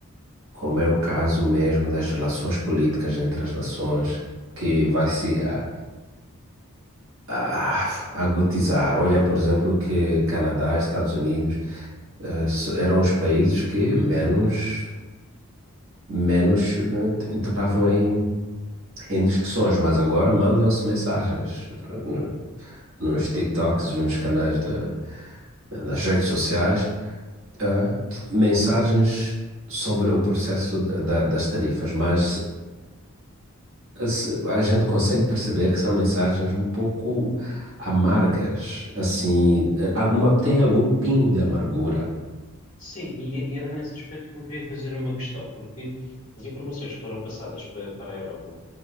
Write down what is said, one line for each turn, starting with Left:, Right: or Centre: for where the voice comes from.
Right: como é o caso mesmo das relações políticas entre as nações, que vai se a- a- agudizar. Olha, por exemplo, que Canadá, Estados Unidos, eh, s- eram os países que menos menos eh, entravam em em discussões, mas agora mandam-se mensagens no- nos TikToks, nos canais da nas redes sociais, ah, mensagens sobre o processo da- da- das tarifas, mas se- a gente consegue perceber que são mensagens um pouco amargas, assim, eh, alguma, tem algum pingo de amargura.
Left: Sim, e, e era nesse aspecto que eu queria fazer uma questão, porque as informações que foram passadas pa- para, a Europa